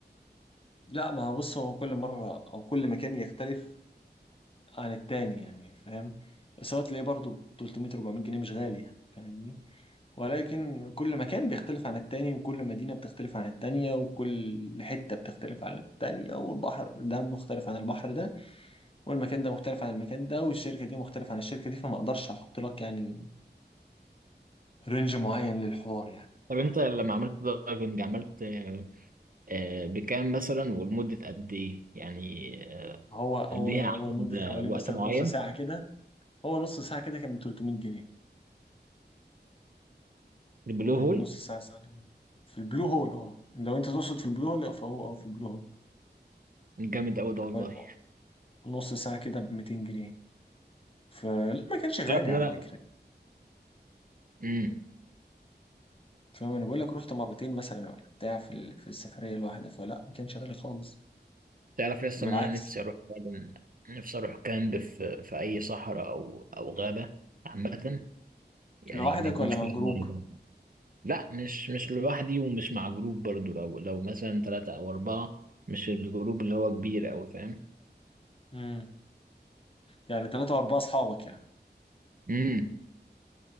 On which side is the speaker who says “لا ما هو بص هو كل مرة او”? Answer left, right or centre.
Left